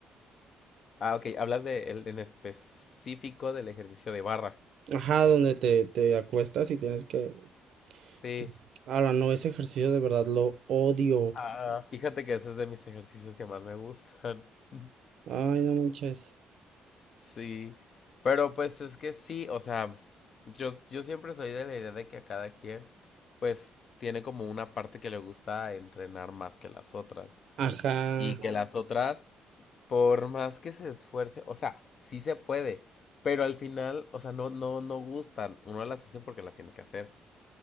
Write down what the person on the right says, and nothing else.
Ajá, donde te, te acuestas y tienes que
que- Ahora no, ese ejercicio de verdad lo odio.
Ay, no manches.
Ajá.